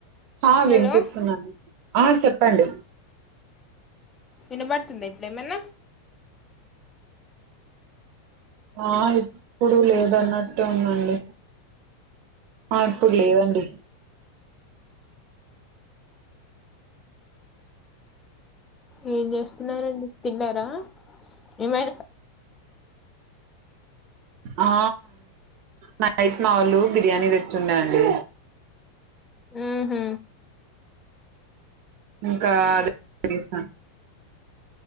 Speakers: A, on the right; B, on the left.
A: ఆ
B: హలో
A: వినిపిస్తుందండి ఆ చెప్పండి
B: వినబడుతుందా ఇప్పుడేమన్నా
A: ఆ ఇప్పుడు లేద అన్నట్టు ఉందండి ఆ ఇప్పుడు లేదండి
B: ఏం ఏం చేస్తున్నావ్ రా అండి తిన్నారా ఏమే
A: ఆ నైట్ మావోలు బిర్యానీ తెచ్చిుండ అండి
B: ఆ హమ్
A: ఇంకా అదే తెసాను